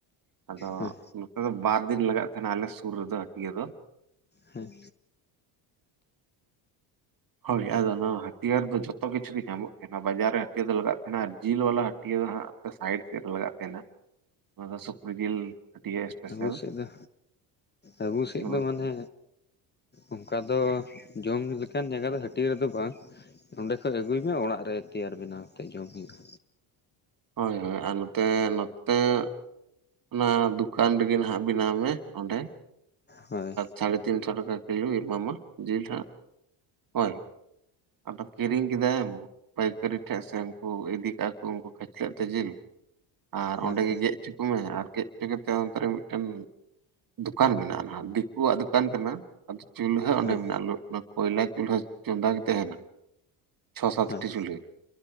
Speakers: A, on the right; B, on the left.
A: ᱟᱫᱚ
B: ᱦᱳᱭ
A: ᱱᱚᱛᱮ ᱫᱚ ᱵᱟᱨ ᱫᱤᱱ ᱞᱟᱜᱟᱜ ᱠᱟᱱᱟ ᱟᱞᱮ ᱥᱩᱨ ᱨᱮᱫᱚ ᱦᱟᱹᱴᱤᱭᱟᱹ ᱫᱚ
B: ᱦᱮᱸ
A: ᱦᱳᱭ ᱟᱫᱚ ᱱᱚᱣᱟ ᱦᱟᱹᱴᱭᱟᱹ ᱨᱮ ᱫᱚ ᱡᱚᱛᱚ ᱠᱤᱪᱷᱩ ᱜᱮ ᱧᱟᱢᱚᱜ ᱠᱟᱱᱟ ᱵᱟᱡᱟᱨ ᱨᱮ ᱦᱟᱹᱴᱭᱟᱹ ᱫᱚ ᱞᱟᱜᱟᱜ ᱠᱟᱱᱟ ᱟᱨ ᱡᱤᱞ ᱵᱟᱞᱟ ᱦᱟᱹᱴᱭᱟᱹ ᱦᱚᱸ ᱥᱟᱭᱤᱰ ᱥᱮᱫ ᱨᱮ ᱞᱟᱜᱟᱜ ᱠᱟᱱᱟ ᱚᱱᱟ ᱫᱚ ᱥᱩᱠᱨᱤ ᱡᱤᱞ <unintelligible> ᱥᱯᱮᱥᱟᱞ
B: ᱟᱵᱩ ᱥᱮᱫ ᱫᱚ ᱟᱵᱩ ᱥᱮᱫ
A: ᱱᱚᱣᱟ-
B: ᱫᱚ ᱢᱟᱱᱮ ᱚᱱᱠᱟ ᱫᱚ ᱡᱚᱢ ᱞᱮᱠᱟᱱ ᱡᱟᱭᱜᱟ ᱫᱚ ᱦᱟᱹᱴᱭᱟᱹ ᱨᱮ ᱫᱚ ᱵᱟᱝ ᱚᱸᱰᱮ ᱠᱷᱚᱡ ᱟᱹᱜᱩᱭ ᱢᱮ ᱚᱲᱟᱜ ᱨᱮ ᱛᱮᱭᱟᱨ ᱵᱮᱱᱟᱣ ᱠᱟᱛᱮᱫ ᱡᱚᱢ ᱦᱳᱭᱳᱜᱼᱟ
A: ᱦᱳᱭ ᱦᱳᱭ ᱟᱨ ᱱᱚᱛᱮ ᱱᱚᱛᱮ ᱚᱱᱟ ᱫᱚᱠᱟᱱ ᱨᱮ ᱜᱮ ᱱᱟᱦᱟᱜ ᱵᱮᱱᱟᱣ ᱢᱮ ᱚᱸᱰᱮ
B: ᱦᱳᱭ
A: ᱥᱟᱲᱮ ᱛᱤᱱ ᱥᱚ ᱴᱟᱠᱟ ᱠᱤᱞᱳᱭ ᱮᱢᱟ ᱢᱟ ᱡᱤᱞ ᱦᱟᱜ ᱦᱳᱭ ᱟᱫᱚ ᱠᱤᱨᱤᱧ ᱠᱮᱫᱟᱭᱮᱢ ᱯᱟᱹᱭᱠᱟᱹᱨᱤ ᱴᱷᱮᱱ ᱥᱮ ᱩᱱᱠᱩ ᱤᱫᱤ ᱠᱟᱜᱼᱟ ᱠᱚ ᱩᱱᱠᱩ ᱠᱷᱟᱪᱞᱟᱹᱜ ᱛᱮ ᱡᱤᱞ ᱟᱨ
B: ᱦᱳᱭ
A: ᱚᱸᱰᱮ ᱜᱮ ᱜᱮᱫ ᱦᱚᱪᱚ ᱠᱚᱢᱮ ᱟᱨ ᱜᱮᱫ ᱛᱮᱜᱮ ᱛᱮ ᱠᱟᱛᱮ ᱚᱱᱛᱮ ᱨᱮ ᱢᱤᱫᱴᱮᱱ ᱫᱚᱠᱟᱱ ᱢᱮᱱᱟᱜᱼᱟ ᱟᱨ ᱫᱤᱠᱩᱣᱟᱜ ᱫᱚᱠᱟᱱ ᱠᱟᱱᱟ ᱟᱫᱚ ᱪᱩᱞᱦᱟᱹ ᱚᱸᱰᱮ
B: ᱦᱳᱭ
A: ᱢᱮᱱᱟᱜ ᱚᱱᱟ ᱠᱚᱭᱞᱟ ᱪᱩᱞᱦᱟᱹ ᱪᱚᱸᱫᱟ ᱠᱟᱛᱮ ᱦᱮᱱᱟᱜ-ᱟ ᱪᱷᱚ ᱥᱟᱛᱴᱤ
B: ᱦᱳᱭ
A: ᱪᱩᱞᱦᱟᱹ